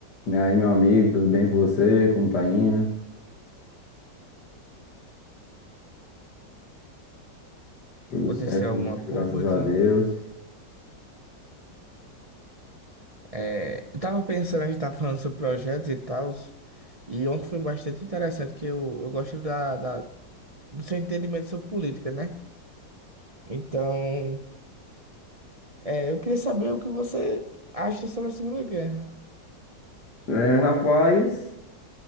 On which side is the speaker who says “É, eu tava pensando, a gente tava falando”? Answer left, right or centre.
Right